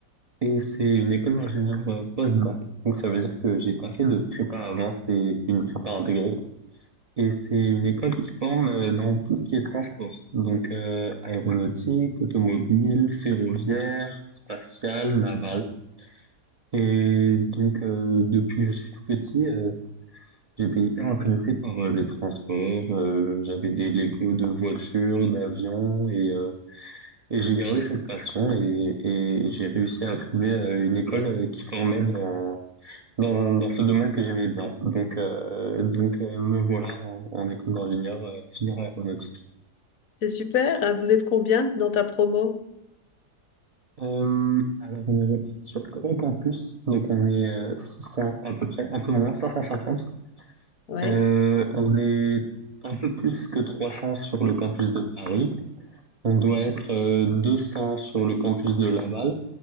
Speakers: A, on the right; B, on the left.
A: et c'est une école d'ingénieur euh, post-bac. Donc ça veut dire que j'ai pas fait de prépa avant, c'est une prépa intégrée, et c'est une école qui forme euh, dans tout ce qui est transport, donc euh, aéronautique, automobile, ferroviaire, spatial, naval. Et donc euh, depuis que je suis tout petit, euh, J'étais hyper intéressé par euh, les transports, euh, j'avais des Legos de voitures, d'avions et, euh, et j'ai gardé cette passion et, et j'ai réussi à trouver euh, une école euh, qui formait dans, dans, un- dans ce domaine que j'aimais bien. Donc, euh, donc euh, me voilà en, en école d'ingénieur, euh, finir aéronautique.
B: C'est super. hein. Vous êtes combien dans ta promo?
A: Euh, alors on est reparti sur trois campus, donc on est euh, 600 à peu près, un peu moins, 550.
B: Ouais.
A: Euh, on est un peu plus que 300 sur le campus de Paris. On doit être euh, 200 sur le campus de Laval,